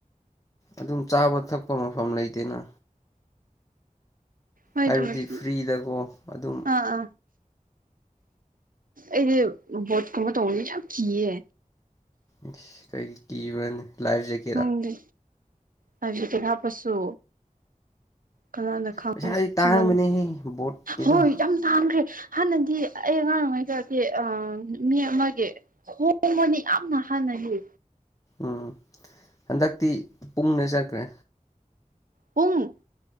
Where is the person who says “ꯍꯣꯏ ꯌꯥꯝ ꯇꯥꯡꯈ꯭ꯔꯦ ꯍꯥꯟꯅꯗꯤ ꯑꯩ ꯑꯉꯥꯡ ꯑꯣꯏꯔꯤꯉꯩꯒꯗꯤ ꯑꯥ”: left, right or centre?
Right